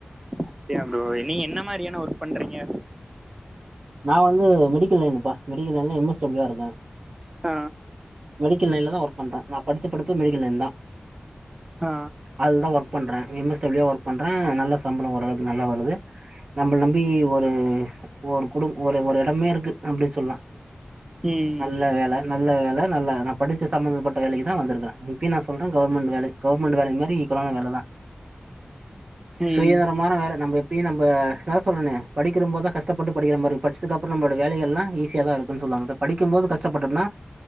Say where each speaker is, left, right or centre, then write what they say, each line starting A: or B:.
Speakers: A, on the right (about 20°); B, on the right (about 55°).
A: அப்டியா ப்ரோ நீங்க என்ன மாரியான ஒர்க் பண்றீங்க
B: நா வந்து மெடிக்கல் லைனுப்பா மெடிக்கல் லைன்ல எம் எஸ் டபிள்யுவா இருக்கே
A: ஆ
B: மெடிக்கல் லைன்ல தா ஒர்க் பண்றே நா படிச்ச படிப்பு மெடிக்கல் லைன் தா
A: ஆ
B: அதுல தா ஒர்க் பண்றே எம் எஸ் டபிள்யுவா ஒர்க் பண்றே நல்ல சம்பளோ ஓரளக்கு நல்லா வருது நம்பள நம்பி ஒரு ஒரு கு குடும் ஒரு ஒரு எடமே இருக்கு அப்டி சொல்லா
A: ம்
B: நல்ல வேல நல்ல வேல நல்ல நா படிச்ச சம்பந்தப்பட்ட வேலைக்கு தா வந்திருக்குறே இப்பயு நா சொல்றே கவர்மெண்ட் வேலை கவர்மெண்ட் வேலை மாரி ஈக்குவலான வேல தா
A: ம்
B: சுயநரமான வேல நம்ம எப்பயு நம்ப நா தா சொல்றனே படிக்கிறம் போதுதா கஷ்டப்பட்டு படிக்கிற மாரி இருக்கு படிச்சதுக்கப்றோ நம்மோட வேலைகள்லா ஈஸியா தா இருக்குனு சொல்வாங்க படிக்கும் போது கஷ்டப்பட்டோம்னா